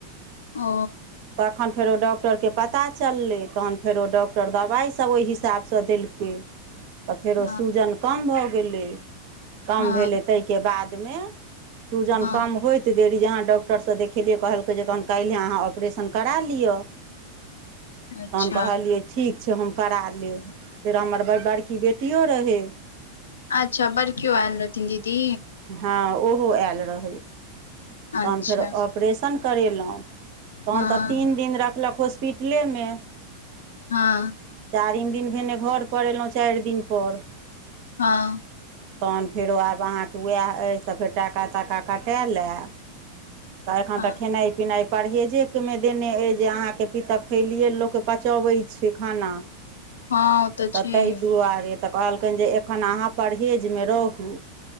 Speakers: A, on the left (about 70°); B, on the right (about 45°).
A: ओ
B: तखन फेरो डॉक्टरके पता चललै तहन फेरो डॉक्टर दबाइसभ ओहि हिसाबसँ देलकै <inaudible> तऽ फेरो
A: हँ
B: सूजन कम भऽ गेलै कम
A: हँ
B: भेलै ताहिके बादमे सूजन
A: हँ
B: कम होइत देरी जे अहाँ डॉक्टरसँ देखेलियै कहलकै जे तहन काल्हि अहाँ ऑपरेशन करा लिअ
A: अच्छा
B: तहन कहलियै ठीक छै हम करा लेब फेर हमर बड़की बेटियो रहै
A: अच्छा बड़ीकियो आइल रहथिन दीदी
B: हँ ओहो आयल रहै
A: अच्छा
B: तहन फेर ऑपरेशन करेलहुँ तहन
A: हँ
B: तऽ तीन दिन रखलक हॉस्पिटल मे
A: हँ
B: चारिम दिन भेने घरपर एयलहुँ चारि दिनपर
A: हँ
B: तहन फेरो आब अहाँके उएह अछि तऽ फेर टाका ताका कटेल या। तऽ एखन
A: हँ
B: तऽ खेनाइ पिनाइ परहेजेमे देने अइ जे अहाँके पितब थैलीए लोक पचबैत छैय खाना।
A: हँ ओ
B: तऽ
A: छैहे
B: ताहि दुआरे तऽ कहलकैन जे एखन अहाँ परहेजमे रहू।